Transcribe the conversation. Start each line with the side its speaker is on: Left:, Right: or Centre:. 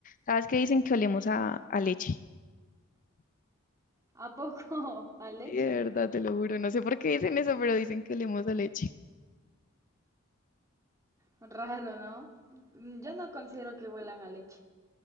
Left: ¿Sabes qué dicen que olemos a, a leche?
Right: ¿A poco? <laughs> A leche.
Left: Sí, de verdad, te lo juro, no sé por qué dicen eso, pero dicen que olemos a leche.
Right: Raro, ¿no? Mm, Yo no considero que huelan a leche,